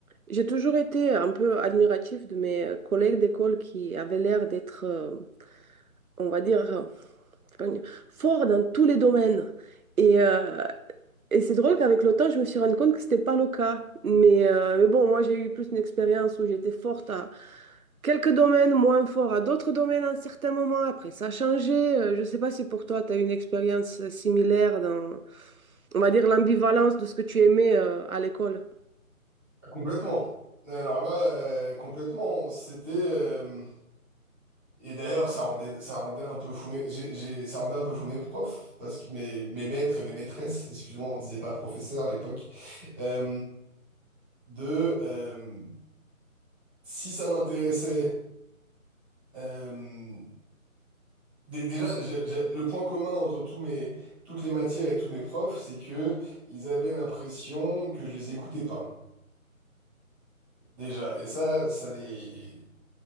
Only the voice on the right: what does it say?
J'ai toujours été un peu admiratif de mes euh, collègues d'école qui avaient l'air d'être, euh, on va dire, euh, c'est pas une- forts dans tous les domaines. Et, euh, et c'est drôle qu'avec le temps, je me suis rendu compte que c'était pas le cas. Mais, euh, mais bon, moi, j'ai eu plus une expérience où j'étais forte à quelques domaines, moins fort à d'autres domaines à un certain moment. Après, ça a changé. Euh, Je ne sais pas si pour toi, tu as eu une expérience similaire dans, on va dire, l'ambivalence de ce que tu aimais, euh, à l'école.